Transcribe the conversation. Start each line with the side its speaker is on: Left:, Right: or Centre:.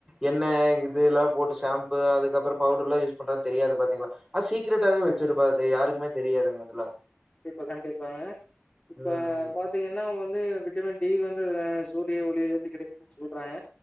Centre: என்ன இதுல்லா போட்டு ஷாம்பு அதுக்கப்பறம் பவுடர்லாம் யூஸ் பன்றார்னு தெரியாது பாத்தீங்களா அ சீரெட்டாவே வச்சிருப்பாது
Left: கண்டிப்பா
Centre: யாருக்குமே தெரியாதுங்க அதுல
Left: கண்டிப்ப கண்டிப்பாங்க இப்ப
Centre: ம்
Left: பாத்தீங்கன்னா என்னா வந்து விட்டமின் டி வந்து அ சூரிய ஒளிலந்து கெடைக்குதுன்னு சொல்றாங்க